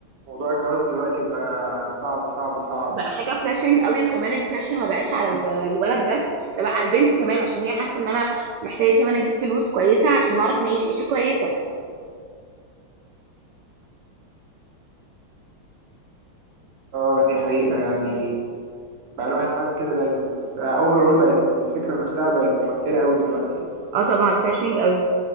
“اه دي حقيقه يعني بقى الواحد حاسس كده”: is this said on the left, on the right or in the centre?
Right